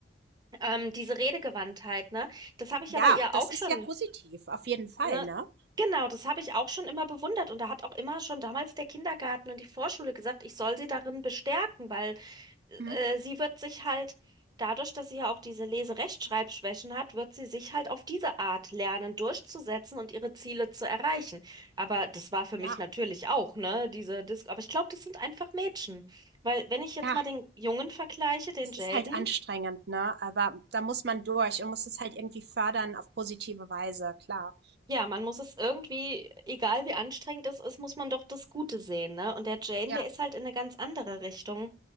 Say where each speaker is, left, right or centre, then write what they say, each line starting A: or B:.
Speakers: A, on the right; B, on the right.
A: ähm, diese Redegewandtheit, ne? Das habe ich
B: Ja,
A: ja bei ihr
B: das
A: auch
B: ist
A: schon,
B: ja positiv, auf jeden Fall,
A: ne?
B: ne?
A: Genau, das habe ich auch schon immer bewundert und da hat auch immer schon damals der Kindergarten und die Vorschule gesagt, ich soll sie darin bestärken, weil
B: Mhm.
A: äh, sie wird sich halt, dadurch, dass sie ja auch diese Lese-Rechtschreibschwächen hat, wird sie sich halt auf diese Art lernen, durchzusetzen und ihre Ziele zu erreichen. Aber das war für mich
B: Ja,
A: natürlich auch, ne, diese Dis Aber ich glaube, das sind einfach Mädchen. Weil, wenn ich jetzt
B: ja,
A: mal den Jungen vergleiche, den
B: es
A: Jaden,
B: ist halt anstrengend, ne? Aber da muss man durch und muss es halt irgendwie fördern auf positive Weise, klar.
A: ja, man muss es irgendwie, egal wie anstrengend es ist, muss man doch das Gute sehen, ne? Und der Jaden,
B: Ja.
A: der ist halt in eine ganz andere Richtung